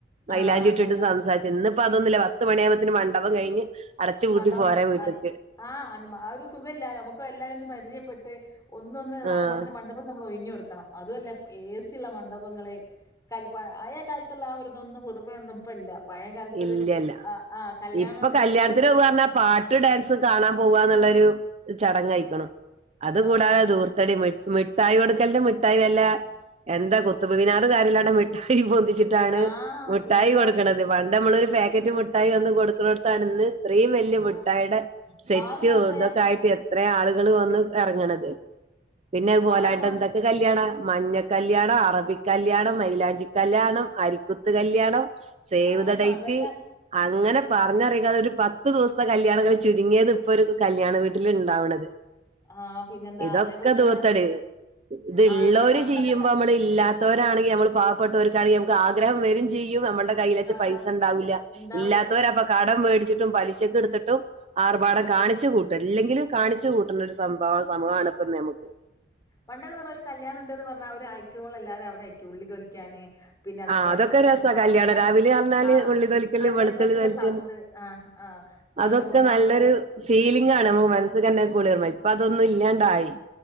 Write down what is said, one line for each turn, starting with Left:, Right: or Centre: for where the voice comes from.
Right: മൈലാഞ്ചി
Left: ആ അതന്നെ.
Right: ഇട്ടിട്ട് സംസാരിച്ച് ഇന്ന്പ്പം അതൊന്നുല്ല പത്ത് മണി ആവുമ്പത്തിനും മണ്ഡപം കഴിഞ്ഞ് അടച്ചു പൂട്ടി
Left: മണ്ഡപം
Right: പോരാ
Left: ക
Right: വീട്ട്ക്ക്
Left: അര്ക് ആഹ് ഒരു സുഖല്ല നമുക്കെല്ലാരുംന്ന് പരിചയപ്പെ വട്‌തെ ഒന്നൊന്ന് ഇതാഉമ്പോത്
Right: ആഹ്
Left: ന് മഡപം നമ്മൾ ഒഴിഞ് കൊടുക്കണം അതു അല്ല എസി ള്ള മണ്ട പങ്ങളെ കൽ പ ആയേ കാലത്തുള്ള ആ ഒരു ഇതൊന്നും പുതുമയൊന്നും ഇപ്പൊ ഇല്ല പയേ കാൽതൊരു
Right: ഇല്ലല്ല
Left: ആഹ് ആഹ് കല്യാണം
Right: ഇപ്പൊ
Left: ണ്ട്ന്ന്
Right: കല്യാണത്തിന്
Left: <unintelligible>
Right: പോവാ പറഞ്ഞാ പാട്ട് ഡാൻസും കാണാൻ പോവാന്നുള്ളൊരു ചടങ്ങായിരിക്കുന്നു അത്
Left: ആ
Right: കൂടാതെ
Left: അതന്നെ
Right: ദൂർത്തടി മു മിഠായി കൊടുക്കൽന്റെ മിഠായി വല്ല എന്താ ഖുതുബ് മിനാർ കാര്യല്ലാതെ മിഠായി പൊന്തി ച് ചിട്ടാണ്
Left: ആ
Right: മിഠായി
Left: പിന്നെന്താ
Right: കൊടുക്കണത് പണ്ടമ്മള് ഒരു പാക്കറ്റ് മിഠായി ഒന്ന് കൊടുക്കുന്ന ഇടത്താണ് ഇന്ന് ത്രീം വല്യ
Left: ആ,
Right: മിട്ടായിയുടെ സെറ്റ്
Left: ആറ് മാസമായ
Right: ഇതൊക്കെ ആയിട്ട് ത്രേ ആളുകള് വന്ന് ഇറങ്ങണത് പിന്നെ അഹ് പോലായ്ട്ടെന്തൊക്കെ
Left: ആറ് മാസം
Right: കല്യാണ മഞ്ഞ കല്യാണം അറബിക്കല്ല്യാണം മൈലാഞ്ചി കല്ല്യാണം അരിക്കുത്ത് കല്ല്യാണം സേവ്
Left: ആ
Right: ദ ഡേറ്റ്
Left: അതന്നെ
Right: അ അങ്ങനെ പറഞ്ഞറികാതെ ഒരു പത്ത് ദിവസത്തെ കല്യാണങ്ങൾ ചുരുങ്ങിയത് ഇപ്പോ ഒരു കല്യാണ വീട്ടില് ണ്ടാവ്ണത്
Left: ആ പിന്നെന്താ
Right: ഇതൊക്കെ
Left: അതേപോലെ
Right: ദൂർത്തടി.
Left: തന്നെ
Right: ഇത്ള്ളൊരു
Left: ആ നമ്മളെ പണ്ടൊക്കെ
Right: ചെയ്യുമ്പോ
Left: ക-
Right: മ്മള് ല്ലാത് ത്തോരാണെങ്കി അമ്മള് പാവപ്പെട്ടവർക്കാണെങ്കി നമക്ക് ആഗ്രഹം വരും ചെയ്യും നമ്മുൾടെ
Left: ആ
Right: പൈസണ്ടാവില്ല
Left: ഉണ്ടാവൂല
Right: ഇല്ലാത്തവരപ്പൊ കടം മേടിച്ചി ട്ടും പലിശക്കെടുത്തിട്ടും ആർഭാടം കാണിച്ചു കൂട്ടും ല്ലെങ്കിലും കാണിച്ചു കൂട്ടണ ഒരു സംഭവം സമൂഹാണ് പ്പൊ നമുക്ക്.
Left: പണ്ടൊകെന്നർഞ്ഞ ഒരു കല്യാണണ്ടന്ന് പറഞ്ഞാ ഒരാഴ്ച്ചോളാം ല്ലാവരും അവിടെയക്കും ഉള്ളി തൊലിക്കാന്. പിന്നെ അതേപോലെ
Right: ആ അതൊക്കെ
Left: തന്നെ
Right: രസാ
Left: ആ
Right: കല്ല്യാണരാവിലെറഞ്ഞാല്
Left: ജനറ ആ
Right: ഉള്ളി തോലിക്കലു
Left: ആ
Right: വെളുത്തുള്ളി
Left: ജനറേറ്ററിന്റെ
Right: തോലിച്ച
Left: സൗണ്ട് ആ ആ ആ
Right: അതൊക്കെ
Left: ഒരു മണവും
Right: നല്ലൊരു ഫീലിംങ്ങാണ്
Left: ആ
Right: മ്മളെ മനസ്ക്ക് ന്നെ. കുളിർമേ ഇപ്പൊ അതൊന്നും ഇല്ലാണ്ടായി.